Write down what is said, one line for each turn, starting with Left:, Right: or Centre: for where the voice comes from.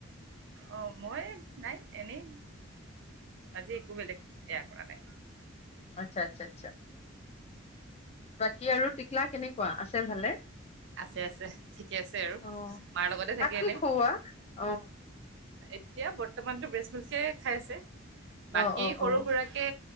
Right: অ মই নাই এনেই আজি একো বেলেগ বেয়া কৰা নাই।
Left: আচ্ছা -আচ্ছা -আচ্ছা বাকী আৰু টিকলা কেনেকুৱা আছে ভালে
Right: আছে আছে ঠিকে আছে আৰু
Left: আহ
Right: মাৰ লগতে থাকি
Left: তাক
Right: এনে।
Left: কি খুওৱা? অ
Right: এতিয়া বৰ্তমানতো বেচম্লিক এই খাই আছে। বাকী
Left: অ', অ',
Right: সৰু
Left: অ', অ',
Right: সুৰাৰাকে